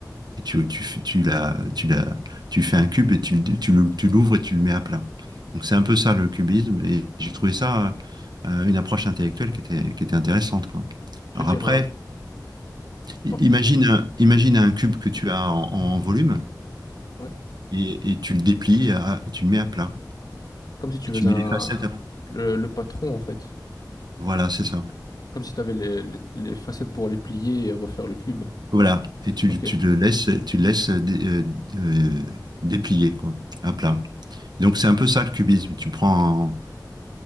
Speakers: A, on the right; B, on the left.
A: et tu, tu, f- tu, la, tu, la, tu fais un cube et tu, le- tu, le- tu l'ouvres et tu le mets à plat. Donc c'est un peu ça le cubisme et j'ai trouvé ça euh, une approche intellectuelle qui était, qui était intéressante, quoi.
B: Tu
A: Alors
B: veux dire
A: après,
B: un...
A: i-
B: Pardon.
A: imagine, un- imagine un cube que tu as en, en volume
B: Ouais.
A: et, et tu le déplies, à- tu le mets à plat
B: Comme si tu
A: et
B: faisais
A: tu mets
B: un...
A: les facettes à plat.
B: le, le patron, en fait.
A: Voilà, c'est ça.
B: Comme si tu avais les, les- les facettes pour les plier et refaire le cube.
A: Voilà. Et tu,
B: Ok.
A: tu le laisses, tu le laisses dé- euh, euh, déplier, quoi, à plat. Donc
B: Ok.
A: c'est un peu ça le cubisme. Tu prends